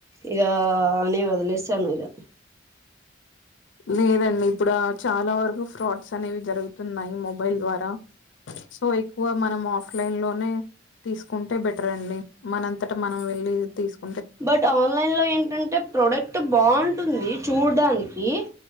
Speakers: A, on the right; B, on the left.
A: ఇ అనే వదిలిస్తాను ఇ
B: లేదండి ఇప్పుడ చాలా వరకు ఫ్రాడ్స్ అనేవి జరుగుతున్నాయి మొబైల్ ద్వారా సో ఎక్కువ మనం ఆఫ్లైన్ లోనే తీసుకుంటే బెటర్ అండి మనంతటా మనం వెళ్ళి తీసుకు
A: బట్ ఆన్లైన్ లో ఏంటంటే ప్రొడక్ట్ బాగుంటుంది చూడడానికి